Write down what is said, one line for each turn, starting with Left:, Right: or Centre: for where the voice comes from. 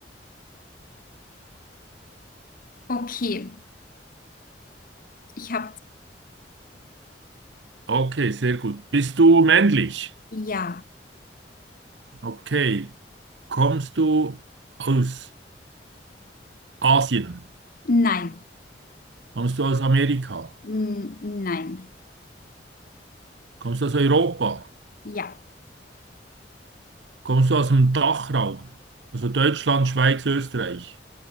Left: Okay, ich habe
Right: okay, sehr gut. Bist du männlich?
Left: ja,
Right: Okay. Kommst du aus Asien?
Left: nein,
Right: Kommst du aus Amerika?
Left: N nein,
Right: Kommst du aus Europa?
Left: ja,
Right: Kommst du aus dem Dachraum? Also Deutschland, Schweiz, Österreich.